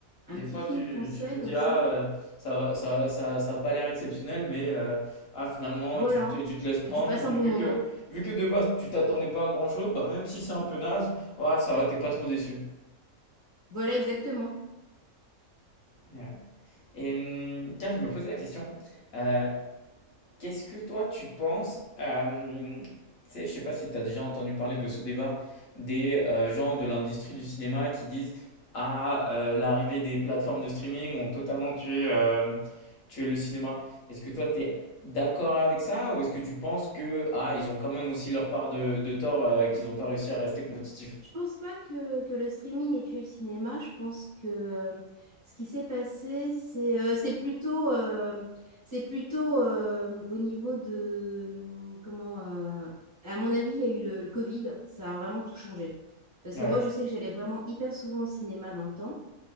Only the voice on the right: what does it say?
un
petit
film
français
comme
ça.
Voilà.
Et
puis tu passes
un bon
moment.
Voilà, exactement.
Je pense pas que, que le streaming ait tué le cinéma. Je pense que euh, ce qui s'est passé, c'est euh, c'est plutôt, euh, c'est plutôt euh, au niveau de... hum, Comment, euh, à mon avis, il y a eu le, le Covid. Ça a vraiment tout changé. Parce
que moi, je sais que j'allais vraiment hyper souvent au cinéma dans le temps.